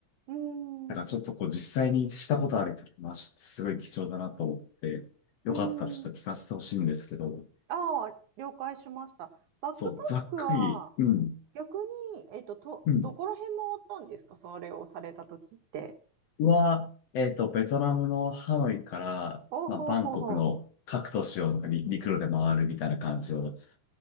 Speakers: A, on the right; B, on the left.
A: うん。
B: だからちょっとこう実際にしたことある人の話てすごい貴重だなと思って、
A: うん。
B: よかったらちょっと聞かせてほしいんですけど、
A: うん。あー、了解しました。バックパックは
B: そう、ざっくり、うん。
A: 逆に、えっと、と、
B: うん
A: どこら辺回ったんですかそれをされた時って。
B: は、えっと、ベトナムのハノイから、
A: おほうほうほう。
B: まあ、バンコクの各都市をなんかに陸路で回るみたいな感じを